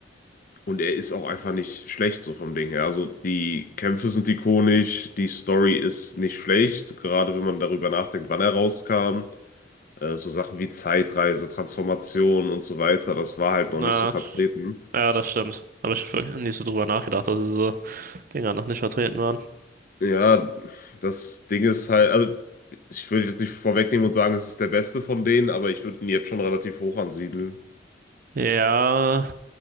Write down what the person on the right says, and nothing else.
na,
ja, das stimmt. Habe ich wirklich nicht so drüber nachgedacht, dass diese Dinger noch nicht vertreten waren.
Ja,